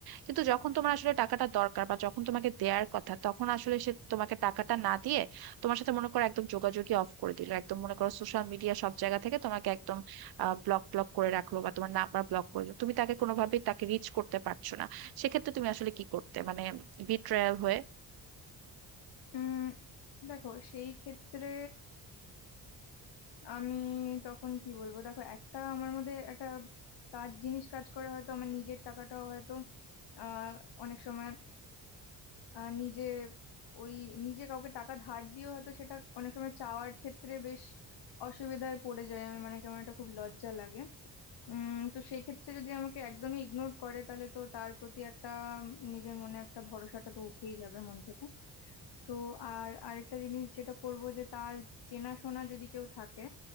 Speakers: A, on the right; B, on the left.
A: কিন্তু যখন তোমার আসলে টাকাটা দরকার বা যখন তোমাকে দেয়ার কথা তখন আসলে সে তোমাকে টাকাটা না দিয়ে তোমার সাথে মনে করো একদম যোগাযোগই অফ করে দিল একদম মনে করো সোশ্যাল মিডিয়া সব জায়গা থেকে তোমাকে একদম ব্লক ব্লক করে রাখলো বা তোমার নাম্বার ব্লক করে দিলো তুমি তাকে কোনোভাবেই তাকে রিচ করতে পারছো না সেক্ষেত্রে তুমি আসলে কি করতে মানে বিট্রায়াল হয়ে
B: উম দেখো সেই ক্ষেত্রে আমি তখন কি বলবো দেখো একটা আমার মধ্যে একটা কাজ জিনিস কাজ করে হয়তো আমার নিজের টাকাটাও হয়তো আহ অনেক সময় আহ নিজে ওই নিজে কাউকে টাকা ধার দিয়েও হয়তো সেটা অনেক সময় চাওয়ার ক্ষেত্রে বেশ অসুবিধায় পড়ে যায় আমি মানে কেমন একটা খুব লজ্জা লাগে উম তো সেই ক্ষেত্রে যদি আমাকে একদমই ইগনোর করে তাহলে তো তার প্রতি একটা উম, নিজের মনে একটা ভরসাটা তো উঠেই যাবে মন থেকে তো আর আরেকটা জিনিস যেটা করব যে তার চেনাশোনা যদি কেউ থাকে